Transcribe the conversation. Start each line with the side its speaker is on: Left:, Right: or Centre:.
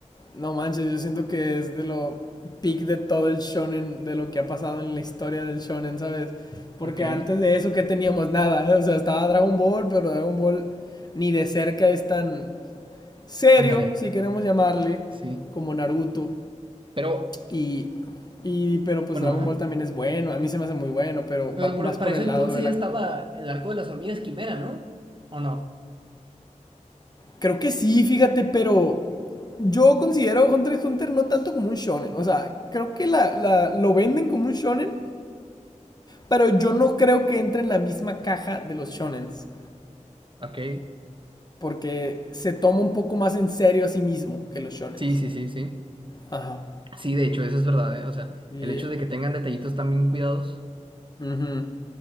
Left: no manches, yo siento que es de lo peak de todo el shonen, de lo que ha pasado en la historia del shonen, ¿sabes? Porque
Right: Ok.
Left: antes de eso, ¿qué teníamos? Nada, ¿eh? o sea, estaba Dragon Ball, pero Dragon Ball ni de cerca es tan serio,
Right: Ándale.
Left: si queremos llamarle,
Right: Sí.
Left: como Naruto.
Right: Pero,
Left: Y, y pero pues
Right: bueno,
Left: Dragon
Right: ajá.
Left: Ball también es bueno, a mí se me hace muy bueno, pero
Right: Pero
Left: va
Right: por-
Left: más
Right: para
Left: por
Right: eso
Left: el
Right: entonces
Left: lado de la
Right: ya estaba el arco de las hormigas quimera, ¿no? ¿O no?
Left: Creo que sí, fíjate, pero yo considero Hunter x Hunter no tanto como un shonen. O sea, creo que la, la- lo venden como un shonen, pero yo no creo que entre en la misma caja de los shonens.
Right: Ok.
Left: Porque se toma un poco más en serio a sí mismo que los shonens.
Right: Sí, sí, sí, sí.
Left: Ajá.
Right: Sí, de hecho, eso es verdad, ¿eh? O sea,
Left: Y,
Right: el hecho de que tengan detallitos tan bien cuidados.
Left: ujú.